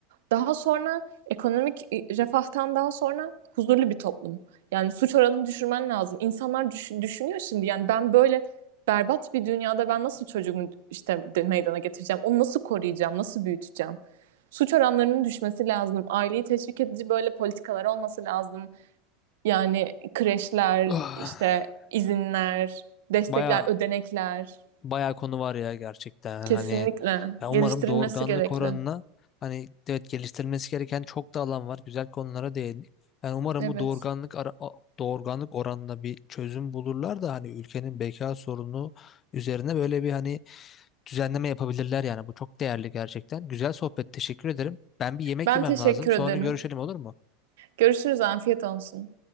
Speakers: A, on the right (about 70°); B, on the left (about 35°).
A: Daha sonra ekonomik e, refahtan daha sonra huzurlu bir toplum. Yani suç oranını düşürmen lazım. İnsanlar düşün, düşünüyor şimdi yani ben böyle berbat bir dünyada ben nasıl çocuğumu işte meydana getireceğim? Onu nasıl koruyacağım? Nasıl büyüteceğim? Suç oranlarının düşmesi lazım. Aileyi teşvik edici böyle politikalar olması lazım. Yani kreşler,
B: Ah.
A: işte izinler, destekler,
B: Baya
A: ödenekler
B: bayağı konu var ya gerçekten
A: kesinlikle
B: hani ya umarım
A: geliştirilmesi
B: doğurganlık
A: gerekli.
B: oranına hani evet geliştirilmesi gereken çok da alan var güzel konulara değindik. Yani umarım
A: Evet.
B: bu doğurganlık ara, o- doğurganlık oranına bir çözüm bulurlar da hani ülkenin beka sorunu üzerine böyle bir hani düzenleme yapabilirler yani bu çok değerli gerçekten. Güzel sohbet teşekkür ederim. Ben bir yemek
A: Ben
B: yemem
A: teşekkür
B: lazım sonra
A: ederim.
B: görüşelim olur mu?
A: Görüşürüz. Afiyet olsun.